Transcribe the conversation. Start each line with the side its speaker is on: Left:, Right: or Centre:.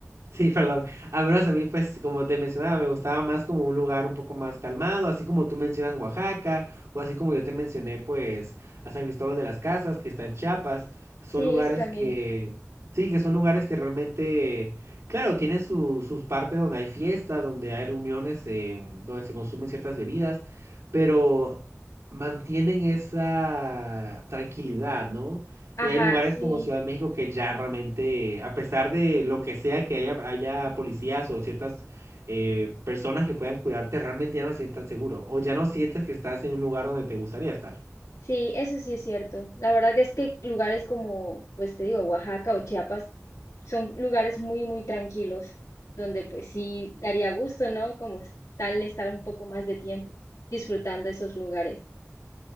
Right: Sí, perdón. Al menos a mí, pues, como te mencionaba, me gustaba más como un lugar un poco más calmado, así como tú mencionas Oaxaca, o así como yo te mencioné, pues, a San Cristóbal de las Casas, que está en Chiapas. Son
Left: sí,
Right: lugares
Left: eso también.
Right: que, sí, que son lugares que realmente, claro, tienen su- sus partes donde hay fiestas, donde hay reuniones, eh, donde se consumen ciertas bebidas, pero mantienen esa tranquilidad, ¿no?
Left: Ajá,
Right: Y hay lugares
Left: sí.
Right: como Ciudad de México que ya realmente, a pesar de lo que sea que haya, haya policías o ciertas eh, personas que puedan cuidarte, realmente ya no te sientes tan seguro o ya no sientes que estás en un lugar donde te gustaría estar.
Left: Sí, eso sí es cierto. La verdad que es que lugares como, pues te digo, Oaxaca o Chiapas son lugares muy, muy tranquilos, donde pues sí daría gusto, ¿no? Como es- tal estar un poco más de tiempo disfrutando esos lugares.